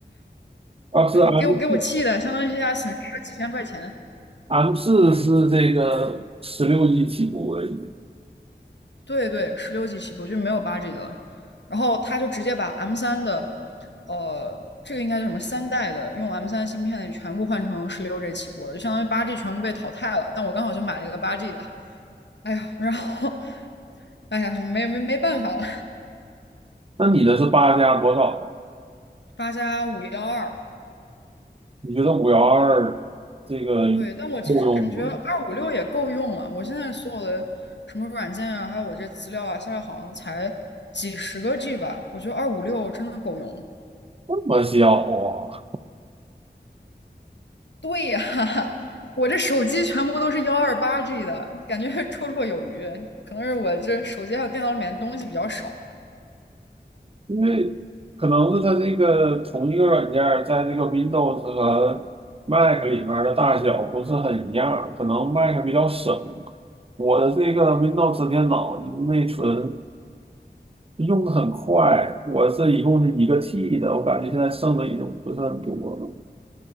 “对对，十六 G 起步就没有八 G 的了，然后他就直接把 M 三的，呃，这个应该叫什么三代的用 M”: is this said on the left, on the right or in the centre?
Left